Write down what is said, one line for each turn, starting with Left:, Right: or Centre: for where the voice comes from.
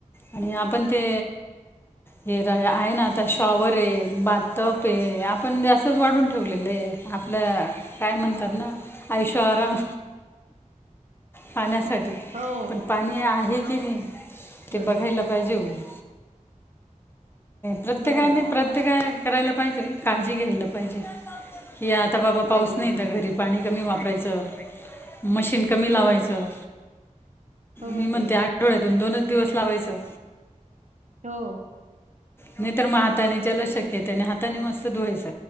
Left: आणि आपण ते हे र आहे ना. आता शॉवर आहे, बाथटब आहे, आपण जास् आत्ताच वाढून ठेवलेल आहे, आपल काय म्हणतात ना ऐशो आराम. पाण्यासाठी.
Right: हो.
Left: पण पाणी आहे की नाही, ते
Right: बरोबर
Left: बघायला
Right: आहे.
Left: पाहिजे हो हम्म. प्रत्येकाने,
Right: बरोबर आहे.
Left: प्रत्येकाने करायला पाहिजे, काळजी घ्यायला पाहिजे. की आता बाबा
Right: काळजी
Left: पाऊस नाही
Right: घ्यायला
Left: तर घरी
Right: पाहिजे.
Left: पाणी कमी वापरायचं. मशीन कमी
Right: हं,
Left: लावायचं.
Right: हो, बरोबर
Left: मी म्हणते,
Right: आहे.
Left: आठवड्यातून दोनच दिवस लावायचं.
Right: हो.
Left: नाही तर मग हाताने ज्याला शक्य त्याने हाताने मस्त धुवायच